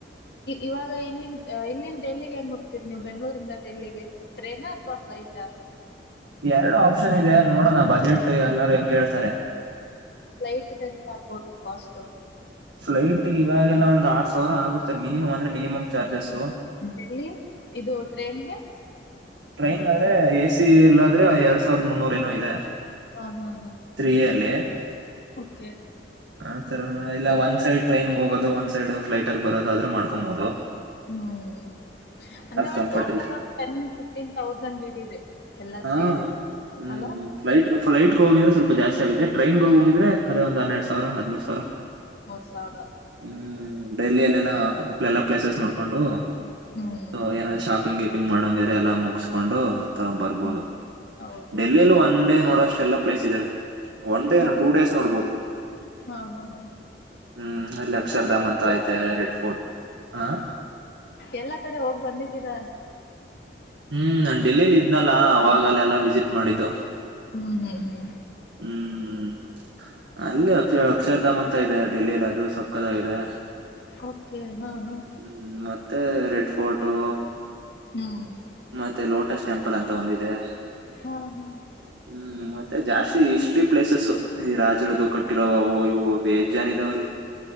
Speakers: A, on the left; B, on the right.
A: ಇವಾಗ ಇಲ್ಲಿಂದ ಇಲ್ಲಿಂದ ಡೆಲ್ಲಿಗೆ ಹೆಂಗ ಹೋಗ್ತೀರಿ ನೀವು ಬೆಂಗಳೂರಿಂದ ಡೆಲ್ಲಿಗೆ ಟ್ರೇನಾ ಪ್ಲೈಟ್
B: ಎರಡು ಆಪ್ಷನ್ ಇದೆ ನೋಡೋಣ ಬಜೆಟ್ ಎಲ್ಲಾರೂ ಹೆಂಗ ಹೇಳ್ತ
A: ಪ್ಲೈಟ್ ದ ಎಷ್ಟ ಆಗ್ಬೋದು ಕಾಸ್ಟ್
B: ಪ್ಲೈಟಗೆ ಇವಾಗೆಲ್ಲ ಒಂದು ಆರ್ ಸಾವಿರ ಆಗುತ್ತೆ ಮಿನಿಮಮ್ ಅಂದ್ರೆ ಮಿನಿಮಮ್ ಚಾರ್ಜಸ್
A: ಡೆಲ್ಲಿ ಇದು ಟ್ರೈನ್ಗೆ
B: ಟ್ರೈನ್ಗೆ ಆದ್ರೆ ಎ ಸಿ ಇಲ್ಲಾದ್ರೆ ಎರಡ್ ಸಾವಿರದ ಮುನ್ನೂರ ಏನೋ ಇದೆ.
A: ಹಾ ಹಾ
B: ಸ್ತ್ರೀಯಲ್ಲಿ
A: ಹ
B: ಆ ತರ ಇಲ್ಲ ಒಂದ್ ಸೈಡ್ ಟ್ರೈನ್ ಹೋಗೋದು ಒಂದ ಸೈಡ್ ಪ್ಲೈಟ್ಲಿ ಬರೋದು ಆದ್ರೂ ಮಾಡ್ಕೊಬಹದು.
A: ಹ್ಮ್ ಅಂದ್ರೆ
B: ಕಂಫರ್ಟ್
A: ಒಂದ್ ಟೋಟಲ್
B: ಇಲ್ಲ
A: ಟೆನ್ ಫಿಫ್ಟೀನ್ ಥೌಸಂಡ್ ಹಿಡೀರಿ ಎಲ್ಲಾ
B: ಹಾ
A: ಸೇರಿ
B: ಹ್ಮ್
A: ಅಲ್ಲ
B: ಹ್ಮ ಪ್ಲೈಟ್ ಪ್ಲೈಟ್ಗೆ ಹೋಗಿದ್ರೆ ಸ್ವಲ್ಪ ಜಾಸ್ತಿ ಆಗುತ್ತ ಟ್ರೈನ್ಗೆ ಹೋಗಗಿದ್ರೆ ಒಂದ ಹನ್ನರಡ್ ಸಾವ ಸಾವಿರ ಹದಮೂರು ಸಾವಿರ
A: ಮೂವತ್ ಸಾವಿರ
B: ಹ್ಮ ಡೆಲ್ಲಿಲ್ಲಲ್ಲ ಪ್ಲೇಸಸ್ ನೋಡ್ಕೊಂಡು
A: ಹ್ಮ್
B: ಸೊ ಏನಾದ್ರೂ ಶಾಪಿಂಗ್ ಗಿಪಿಂಗ್ ಮಾಡೋಂಗಿದ್ರೆ ಎಲ್ಲ ಮುಗಸಿ ಕಕೊಂಡು ತೊಂಬರ್ಬಹುದು
A: ಹ್ಮ್ ಹೌದು
B: ಡೆಲ್ಲಿಲ್ಲಿ ಒಂದ ಡೇ ನೋಡೋಷ್ಟ ಎಲ್ಲ ಪ್ಲೇಸ್ ಇದಾವೆ ಒನ್ ಡೇನು
A: ಹಾ
B: ಟೂ ಡೇಸ್ ನೋಡ್ಬಹದು.
A: ಹಾ ಹಾ ಹಾ
B: ಹ್ಮ್ ಅಲ್ಲಿ ಅಕ್ಷರಧಾಮ್
A: ಅಂದ್ರೆ ನೀವ್
B: ಅಂತ
A: ಎಲ್ಲಾ
B: ಐತೆ
A: ಕಡೆ ಹೋಗ್
B: ರೆಡ್ ಫೋರ್ಟ್ ಹ
A: ಎಲ್ಲಾ ಕಡೆ ಹೋಗಿ ಬಂದಿದ್ದೀರಾ.
B: ಹ್ಮ್ ನ ಡೆಲ್ಲಿಲಿ ಇದ್ನಲ್ಲ ಅವಾಗಲ್ಲಲ್ಲ
A: ಹ್ಮ್
B: ವಿಸಿಟ್ ಮಾಡಿದ್ದು
A: ಹ್ಮ್ ಹ್ಮ್
B: ಹ್ಮ್ ಅಲ್ಲಿ
A: ಮತ್ತೆ
B: ಅಕ್ಷ ಅಕ್ಷರಧಾಮ್ ಅಂತ ಇದೆ ಡೆಲ್ಲಿಲಿ ಅದು ಸಕ್ಕದಾಗಿದೆ
A: ಓಕೆ ಹಾ ಹಾ
B: ಹ್ಮ್ ಮತ್ತೆ ರೆಡ್ ಫೋಟೋ
A: ಹ್ಮ್
B: ಮತ್ತೆ ಲೋಟಸ್ ಟೆಂಪಲ್ ಅಂತ ಒಂದಿದೆ.
A: ಹಾ ಹಾ
B: ಹ್ಮ್ ಮತ್ತೆ ಜಾಸ್ತಿ ಹಿಸ್ಟರಿ ಪ್ಲೇಸಸ್ಸು ಈ ರಾಜರುದುು ಕಟ್ಟಿರೋವು ಅವು ಇವು ಬೇಜ್ ಜಾನ್ ಇದಾವ ಅಲ್ಲಿ.